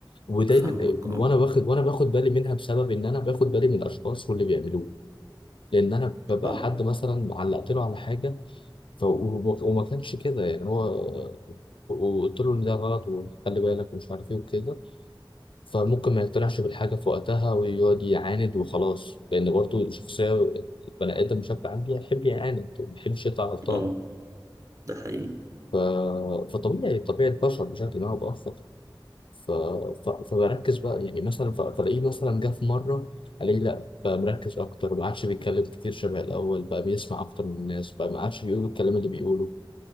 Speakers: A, on the left; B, on the right.
A: ودايما
B: فاهمك
A: وأنا
B: اه
A: باخد وأنا باخد بالي منها بسبب إن أنا باخد بالي من الأشخاص واللي بيعملوه لأن أنا ببقى
B: اه
A: حد مثلا علقت له على حاجة ف... و- وما كانش كده يعني هو وقلت له إن ده غلط وخلي بالك ومش عارف إيه وكده فممكن ما يقتنعش بالحاجة في وقتها ويقعد يعاند وخلاص لأن برضه الشخصية البني آدم بشكل عام بيحب يعاند وما بيحبش يطلع غلطان
B: اه ده حقيقي
A: ف... فطبيعي طبيعي البشر بشكل ما أو بآخر ف... ف... فبركز بقى يعني مثلا ف... فلاقيه مثلا جه في مرة الاقيه لا بقى مركز اكتر ما عادش بيتكلم كتير شبه الاول بقى بيسمع اكتر من الناس بقى ما عادش بيقول الكلام اللي بيقوله